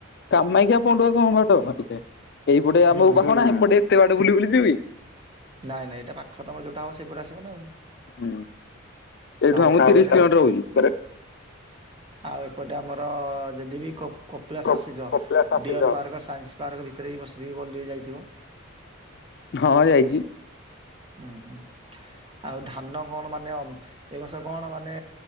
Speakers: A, on the left; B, on the right.
A: କାମାଖିଆ ପଣ୍ଡୁଆ କମ୍ ବାଟ। ଏଇପଟେ
B: ହୁଁ
A: ଆମକୁ ପାଖ ନା ସେପଟେ ଏତେ ବାଟ ବୁଲି ବୁଲି ଯିବି।
B: ନାଇ ନାଇ ଏଇଟା ପାଖ ତମର ଯୋଉଟା ହବ ସେପଟେ ଆସିବ ନା ଆଉ।
A: ହୁଁ ଏଇଠୁ
B: ଆଉ
A: ଆମକୁ
B: ତାପରେ
A: ତିରିଶ କିଲୋମିଟର
B: କ
A: ହଉଚି।
B: ଆଉ ଏପଟେ ଆମର ଯଦି ବିି କପ୍ କପିଳାଶ
A: ହଉଛି।
B: ଆସିଚ।
A: କପିଳାସ ଆସିଛ?
B: ଡିଅର୍ ପାର୍କ, ସାଇନ୍ସ ପାର୍କ ଭିତରେ ବି ବସିଦେଇକି ଭଲରେ ଯାଇଥିବ।
A: ହଁ, ଯାଇଚି।
B: ହୁଁ ହୁଁ ଆଉ ଧାନ କଣ ମାନେ ଅମ୍ ଏ ବର୍ଷ କଣ ମାନେ